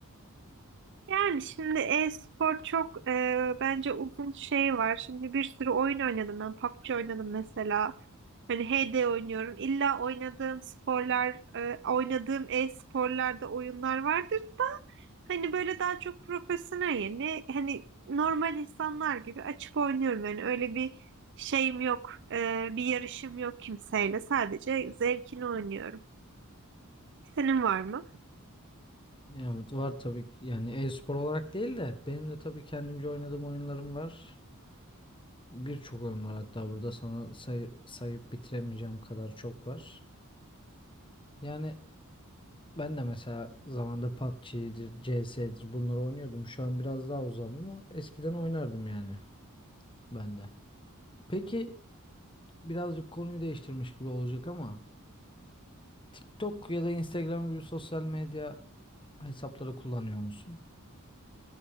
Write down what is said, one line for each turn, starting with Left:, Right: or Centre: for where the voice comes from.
Right: Yani şimdi e-spor çok e, bence uzun şey var. Şimdi bir sürü oyun oynadım ben. PUBG oynadım mesela. Hani HD oynuyorum. İlla oynadığım sporlar, e, oynadığım e-sporlarda oyunlar vardır da hani böyle daha çok profesyonel yani hani normal insanlar gibi açıp oynuyorum. Yani öyle bir şeyim yok. E, bir yarışım yok kimseyle. Sadece zevkini oynuyorum. Senin var mı?
Left: Evet var tabii ki. Yani e-spor olarak değil de benim de tabii kendimce oynadığım oyunlarım var. Birçok oyun var hatta burada sana say- sayıp bitiremeyeceğim kadar çok var. Yani Ben de mesela zamanda PUBG'dir, CS'dir bunları oynuyordum. Şu an biraz daha uzağım ama eskiden oynardım yani ben de. Peki birazcık konuyu değiştirmiş gibi olacak ama TikTok ya da Instagram gibi sosyal medya hesapları kullanıyor musun?